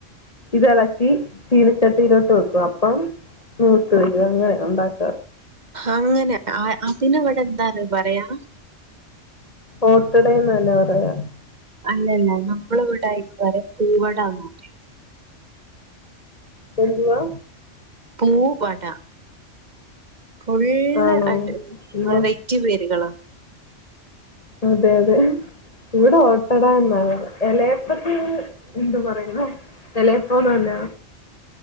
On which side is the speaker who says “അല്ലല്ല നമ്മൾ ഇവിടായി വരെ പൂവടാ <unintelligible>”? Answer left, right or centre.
Right